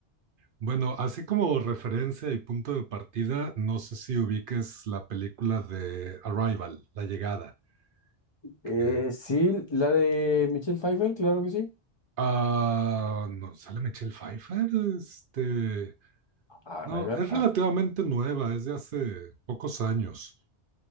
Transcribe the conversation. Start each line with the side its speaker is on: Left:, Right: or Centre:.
Right: Bueno, así como referencia y punto de partida, no sé si ubiques la película de Arrival, La Llegada,
Left: Eh,
Right: que...
Left: sí, la de Michelle Pfeiffer, claro que sí.
Right: Ah, no, ¿sale Michelle Pfeiffer? Este...
Left: Ah,
Right: No,
Left: Rival,
Right: es
Left: ah.
Right: relativamente nueva, es de hace pocos años.